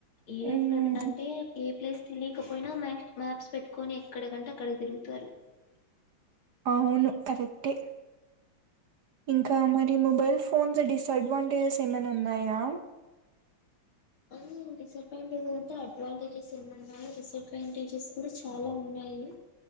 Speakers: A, on the left; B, on the right.
A: ఏ
B: హ్మ్.
A: ప్రద్ అంటే ఏ ప్లేస్ తెలియకపోయినా మ్యాక్స్ మ్యాప్స్ పెట్టుకని ఎక్కడకంటే అక్కడ తిరుగుతారు
B: అవును కరెక్టే ఇంకా మరి మొబైల్ ఫోన్స్ డిస్అడ్వాంటేజెస్ ఏమైనా ఉన్నాయా
A: అవును డిసడ్వాంటేజెస్ అంతా అడ్వాంటేజెస్ ఎ ఉన్నాయి డిసడ్వాంటేజెస్ కూడా చాలా ఉన్నాయి